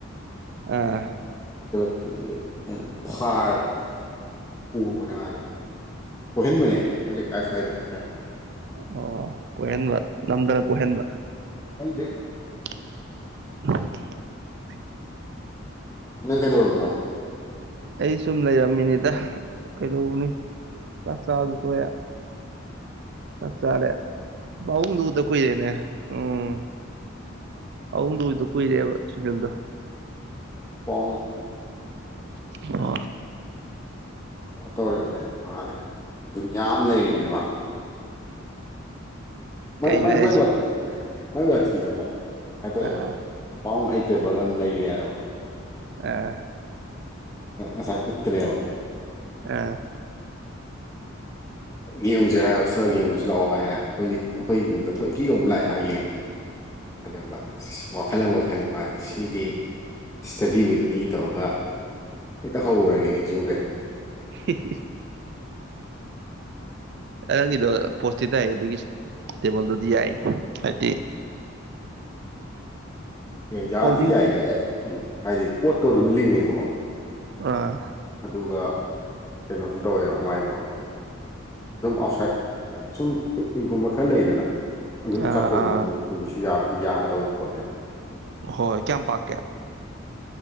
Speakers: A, on the right; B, on the left.
A: ꯑ
B: ꯑꯩꯅ ꯐꯥꯔꯒ ꯄꯨꯕꯅꯦ ꯃꯥꯁꯦ ꯑꯣꯏꯣꯏꯍꯟꯕꯅꯦ ꯑꯩꯈꯣꯏ ꯂꯩꯀꯥꯏ ꯁ꯭ꯋꯥꯏꯗ ꯈꯔ
A: ꯑꯣ ꯀꯣꯏꯍꯟꯕ ꯅꯝꯗꯅ ꯀꯣꯏꯍꯟꯕ
B: ꯂꯝꯖꯦ
A: ꯎ
B: ꯏ ꯀꯥꯏꯗꯣꯔꯃꯤꯅꯣ
A: ꯑꯩ ꯁꯨꯝ ꯂꯩꯔꯝꯃꯤꯅꯤꯗ ꯀꯩꯗꯧꯕꯅꯤ ꯆꯥꯛ ꯆꯥꯗꯨ ꯊꯣꯛꯑꯦ ꯆꯞ ꯆꯥꯔꯦ ꯄꯥꯕꯨꯡꯗꯨꯗ ꯀꯨꯏꯔꯦꯅꯦ ꯎꯝ ꯑꯗꯏꯗ ꯀꯨꯏꯔꯦꯕ ꯁꯨꯀꯤꯜꯗ
B: ꯄꯥ
A: ꯑ
B: ꯀꯩꯅꯣ ꯇꯧꯔꯤꯕꯅꯦ ꯃꯥꯗꯤ ꯗꯨꯅꯤꯌꯥ ꯑꯃ ꯂꯩꯔꯤꯕꯅꯦ ꯃꯥ ꯃ
A: ꯀꯩꯅꯣ ꯍꯥꯏꯁꯤꯕꯣ
B: ꯃꯥꯏ ꯋꯥ ꯃꯥꯏ ꯋꯥꯊꯤꯗꯀꯣ ꯀꯃꯥꯏꯅ ꯇꯧꯋꯦꯕ
A: ꯑꯥ
B: ꯃꯄꯥꯎ ꯑꯩ ꯇꯦꯕꯜ ꯑꯃ ꯂꯩꯔꯦ ꯍꯥꯏꯕꯀꯣ
A: ꯑꯥ
B: ꯑꯁꯥꯏ ꯄꯨꯠꯇꯦꯕ
A: ꯑ
B: ꯌꯦꯡꯁꯤ꯭ꯔꯦ ꯍꯥꯏꯇ ꯌꯦꯡꯉꯨꯁꯨ ꯂꯥꯛꯑꯣ ꯍꯥꯏ ꯑꯩꯈꯣꯏ ꯑꯩꯈꯣꯏꯒꯤꯒꯨꯝꯕꯗ ꯊꯣꯏꯇꯤꯒꯨꯝ ꯂꯥꯛꯑꯦ ꯍꯥꯏ ꯌꯦꯡꯕ ꯑꯗꯕ ꯋꯥꯈꯜ ꯑꯃꯒ ꯈꯜꯂꯤ ꯃꯥꯁꯦ ꯁꯤꯗꯤ ꯏꯁꯇꯗꯤ ꯋꯤꯠ ꯃꯤ ꯇꯧꯔꯒ ꯍꯦꯛꯇ ꯍꯧꯔꯒꯦ ꯑꯩꯁꯨ ꯀꯩ
A: <unintelligible> ꯑꯉꯥꯡꯒꯤꯗꯣ ꯄꯣꯁꯇꯤ ꯇꯥꯏ ꯑꯗꯨꯗꯒꯤ ꯇꯦꯕꯜꯗꯨꯗꯤ ꯌꯥꯏ ꯍꯥꯏꯗꯤ
B: ꯌꯥꯗꯤ
A: ꯐꯣꯜꯗꯤꯡ
B: ꯌꯥꯏꯌꯦ ꯌꯥꯏ ꯎꯝ ꯍꯥꯏꯗꯤ ꯄꯣꯠꯇꯣ ꯑꯗꯨꯝ ꯂꯤꯡꯉꯦꯕꯀꯣ
A: ꯑ
B: ꯑꯗꯨꯒ ꯀꯩꯅꯣꯁꯨ ꯇꯧꯋꯦꯕ ꯃꯥꯏꯗꯣ ꯑꯗꯨꯝ ꯑꯥꯎꯠꯁꯥꯏꯠ ꯁꯨꯝ ꯄꯤꯛꯅꯤꯛꯒꯨꯝꯕ ꯈꯔ ꯂꯩꯗꯅ ꯑꯗꯨ
A: ꯑꯥ
B: ꯆꯠꯄꯒꯨꯝꯗꯅꯝ
A: ꯑꯥ
B: ꯄꯨꯕꯁꯨ ꯌꯥꯕꯨꯗꯤ ꯌꯥꯒꯗꯧꯕ ꯄꯣꯠꯅꯦꯕ
A: ꯍꯣꯏ ꯀꯌꯥꯝ ꯄꯥꯛꯀꯦ